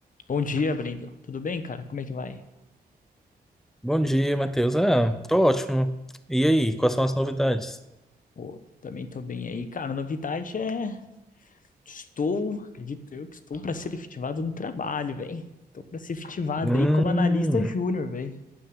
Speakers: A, on the left; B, in the centre.
A: Bom dia, Brendo. Tudo bem, cara? Como é que vai?
B: Bom dia, Matheus. Ah, tô ótimo. E aí, quais são as novidades?
A: Pô, também tô bem aí. Cara, novidade é estou, acredito eu, que estou para ser efetivado no trabalho, velho. Estou para ser efetivado
B: Hum,
A: aí como analista júnior, velho.